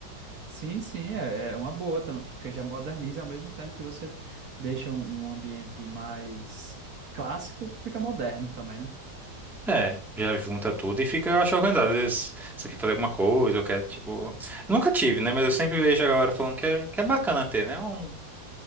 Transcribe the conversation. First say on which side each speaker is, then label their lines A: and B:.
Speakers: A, on the right; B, in the centre.
A: Sim, sim, é, é uma boa também, porque já moderniza ao mesmo tempo que você deixa um, um ambiente mais clássico, fica moderno também, né?
B: É, já junta tudo e fica, eu acho, organizado. Às vezes você quer fazer alguma coisa, ou quer, tipo... Nunca tive, né? Mas eu sempre vejo a galera falando que é, que é bacana ter, né? Um,